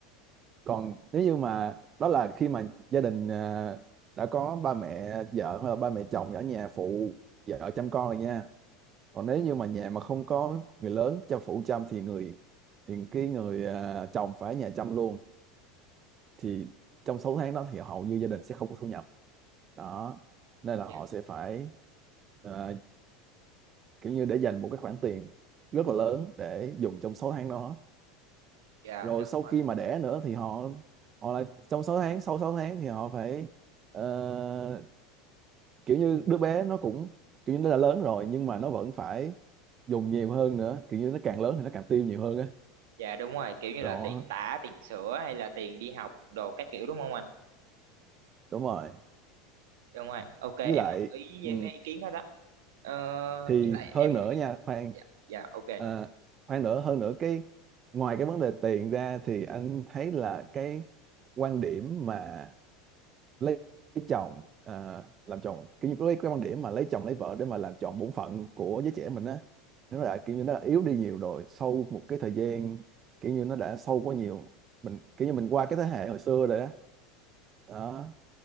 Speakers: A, on the right; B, on the right.
A: còn nếu như mà đó là khi mà gia đình à, đã có ba mẹ vợ hoặc là ba mẹ chồng ở nhà phụ vợ chăm con rồi nha còn nếu như mà nhà mà không có người lớn cho phụ chăm thì người thì cái người à, chồng phải ở nhà chăm luôn thì trong 6 tháng đó thì hầu như gia đình sẽ không có thu nhập đó nên là
B: dạ
A: họ sẽ phải à, kiểu như để dành một cái khoản tiền rất là lớn để dùng trong 6 tháng đó
B: dạ
A: rồi
B: đúng
A: sau
B: rồi
A: khi mà đẻ nữa thì họ họ lại trong 6 tháng sau 6 tháng thì họ phải ờ, kiểu như đứa bé nó cũng kiểu như nó đã lớn rồi nhưng mà nó vẫn phải dùng nhiều hơn nữa kiểu như nó càng lớn thì nó càng tiêu nhiều hơn á.
B: dạ đúng rồi kiểu như
A: đó
B: là tiền tả tiền sữa hay là tiền đi học đồ các kiểu đúng không anh
A: đúng rồi
B: đúng rồi ok em
A: với lại
B: đồng ý
A: ừ,
B: với cái ý kiến đó đó ờ, với
A: thì
B: lại
A: hơn
B: em
A: nữa nha khoan
B: dạ, dạ ok
A: à, khoan nữa hơn nữa cái ngoài cái vấn đề tiền ra thì anh thấy là cái quan điểm mà lấy, lấy chồng à, làm chồng kiểu như cái, cái quan điểm mà lấy chồng lấy vợ để mà làm chọn bổn phận của giới trẻ mình á nó là kiểu như nó đã yếu đi nhiều rồi sau một cái thời gian kiểu như nó đã sâu quá nhiều mình kiểu như mình qua cái thế hệ hồi xưa rồi á đó.